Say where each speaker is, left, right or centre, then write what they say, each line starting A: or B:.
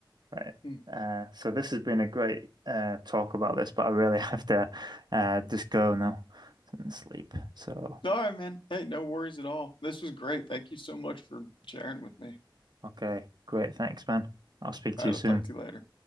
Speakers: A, on the right; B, on the left.
A: Right.
B: Hmm.
A: Uh, so this has been a great uh, talk about this, but I really <laughs> have to uh, just go now and sleep. So,
B: All right, man. Hey, no worries at all. This was great. Thank you so much for sharing with me.
A: okay, great. Thanks, man. I'll speak to
B: All right,
A: you soon.
B: I'll talk to you later.